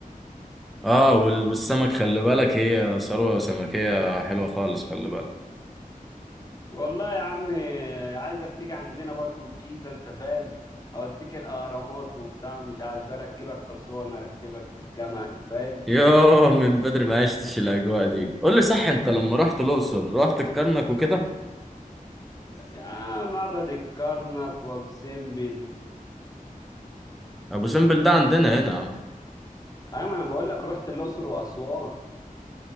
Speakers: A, in the centre; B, on the left.
A: اه وال- والسمك خلي بالك هي ثروة سمكية حلوة خالص خلي بالك
B: والله يا عم عايزك تيجي عندنا برضو الجيزة انت فاهم اوديك الاهرامات وبتاع مش عارف اركبك حصان اركبك جمل فاهم
A: يوه من بدري ما عشتش الاجواء دي قول لي صح انت لما رحت الاقصر رحت الكرنك وكده
B: يا معبد الكرنك وابو سمبل
A: ابو سمبل ده عندنا هنا يا عم
B: ايوه انا بقول لك رحت الاقصر واسوان